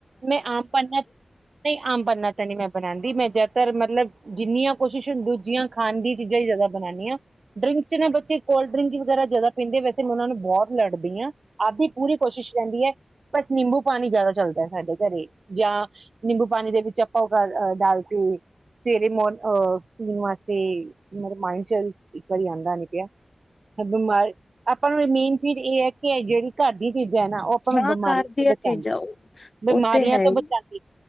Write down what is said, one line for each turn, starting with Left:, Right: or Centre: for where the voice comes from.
Right: ਮੈਂ ਆਮ ਪੰਨਾ, ਨਹੀਂ ਆਮ ਪੰਨਾ ਤਾਂ ਨੀ ਮੈਂ ਬਣਾਦੀ। ਮੈਂ ਜਿਆਦਾਤਰ ਮਤਲਬ ਜਿੰਨੀਆਂ ਕੋਸ਼ਿਸ਼ ਦੂਜੀਆਂ ਖਾਣ ਦੀ ਚੀਜ਼ਾਂ ਹੀ ਜ਼ਿਆਦਾ ਬਣਾਦੀ ਹਾਂ। ਡਰਿੰਕਸ ਚ ਨਾ ਬੱਚੇ ਕੋਲਡ ਡਰਿੰਕ ਵਗੈਰਾ ਜ਼ਿਆਦਾ ਪੀਂਦੇ ਵੈਸੇ ਮੈਂ ਉਹਨਾਂ ਨੂੰ ਬਹੁਤ ਲੜਦੀ ਹਾਂ। ਆਪ ਦੀ ਪੂਰੀ ਕੋਸ਼ਿਸ਼ ਰਹਿੰਦੀ ਹੈ ਬਟ ਨਿੰਬੂ ਪਾਣੀ ਜਿਆਦਾ ਚੱਲਦਾ ਏ। ਸਾਡੇ ਘਰੇ ਜਾਂ ਨਿੰਬੂ ਪਾਣੀ ਦੇ ਵਿੱਚ ਆਪਾਂ ਉਹ ਘਰ ਡਾਲ ਕੇ ਸਵੇਰੇ ਮੋਰ ਅਹ ਪੀਣ ਵਾਸਤੇ ਮੇਰੇ ਮਾਇੰਡ ਚ ਇੱਕ ਵਾਰੀ ਆਦਾ ਨੀ ਪਿਆ - ਬਿਮਾਰ ਆਪਾਂ ਨੂੰ ਮੇਨ ਚੀਜ਼ ਇਹ ਹੈ ਕਿ ਇਹ ਜਿਹੜੀ ਘਰ ਦੀ ਚੀਜ਼ ਕੇ ਹੈਨਾ ਉਹ ਆਪਾਂ ਨੂੰ
Left: ਹਾਂ
Right: ਬਿਮਾਰੀ
Left: ਘਰ
Right: ਚ
Left: ਦੀਆਂ
Right: ਬਚਾਦੀ।
Left: ਚੀਜ਼ਾਂ
Right: ਬਿਮਾਰੀਆਂ
Left: ਉਹ ਤੇ ਹੈ
Right: ਤੋਂ
Left: ਹੀ
Right: ਬਚਾਂਦੀ।